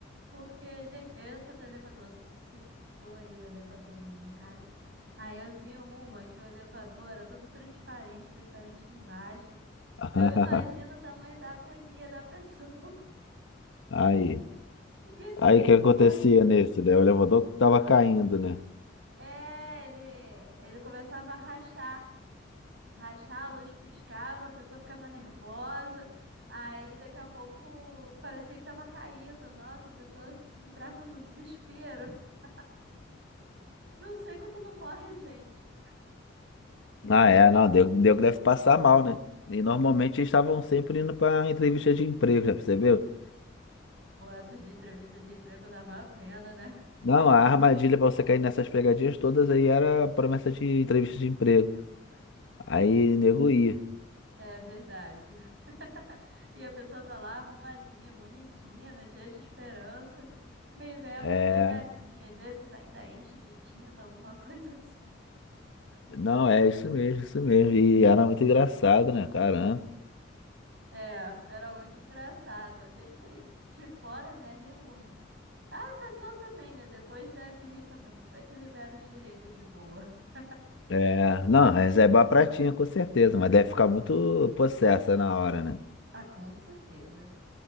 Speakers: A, on the right; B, on the left.
A: Porque, gente, essa do elevador, você citou aí o elevador, né, no caso. Aí eu vi uma que o elevador era todo transparente, transparente embaixo.
B: <laughs>
A: Eu imagino o tamanho da agonia da pessoa,
B: Aí,
A: <laughs> que ninguém
B: aí o que acontecia
A: gosta.
B: nesse, né? O elevador tava caindo, né?
A: É, ele, ele começava a rachar. Rachar, a luz piscava, a pessoa ficava nervosa. Aí daqui a pouco parecia que tava caindo. Nossa, a pessoa des- entrava no desespero. <laughs> Não sei como não morre, gente.
B: Ah, é, não, deu, deu que deve passar mal, né? E normalmente eles estavam sempre indo pra entrevista de emprego, já percebeu?
A: Pô, essas de entrevistas de emprego dá uma pena, né?
B: Não, a armadilha pra você cair nessas pegadinhas todas aí era promessa de entrevista de emprego. Aí nego ia.
A: É verdade. <laughs> E a pessoa tá lá arrumadinha, bonitinha, né? Cheia de esperança. Me vem
B: É,
A: uma pegadinha, às vezes ainda enche de tinta, alguma <laughs> coisa assim.
B: não, é isso mesmo, isso mesmo. E era muito engraçado, né? Caramba.
A: É, era muito engraçado. A gente de fora, né, ri muito. Ah, a pessoa também, né? Depois deve rir também. Até que libera os direitos de boa. <laughs>
B: É, não, reservar a pratinha com certeza, mas deve ficar muito possessa na hora, né?
A: Ah, com certeza.